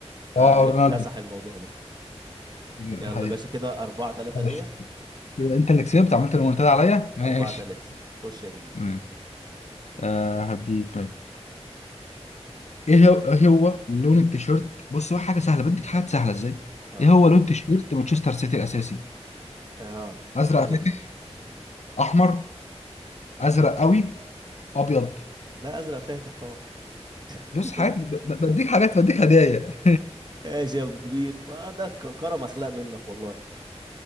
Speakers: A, on the right; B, on the left.
A: فاكتسح
B: اه رونالدو
A: الموضوع ده
B: ده
A: يلا
B: حقيقه
A: يا باشا كده 4 3 ليا
B: ماشي. يبقى انت اللي كسبت عملت المنتدى عليا ماشي
A: 4 3 خش يا كبير
B: تمام. آه هديك ماشي. ايه هو إيه هو لون التيشيرت بص هو حاجه سهله بديك حاجات سهله ازاي
A: اه
B: ايه هو لون تيشيرت مانشستر سيتي الاساسي
A: اه
B: ازرق
A: ماشي
B: فاتح احمر ازرق قوي ابيض
A: لا ازرق فاتح طبعا <laughs>
B: بص حاجات ب- ب- بديك حاجات بديك هدايا
A: ماشي يا أبو كبير ما ده ك- كرم اخلاق منك والله